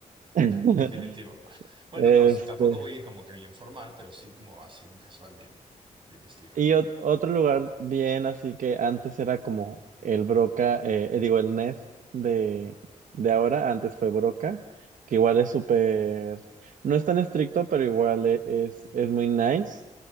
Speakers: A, on the right (about 75°); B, on the right (about 40°).
A: <laughs>
B: Definitivo. Bueno,
A: Este,
B: no, sí, tampoco voy a ir como que bien formal, pero sí como así un casual bien, bien vestido.
A: y ot- otro lugar bien, así que antes era como el Broca, eh, eh, digo, el Nest de, de ahora, antes fue Broca, que igual es súper, no es tan estricto, pero igual e- es, es muy nice.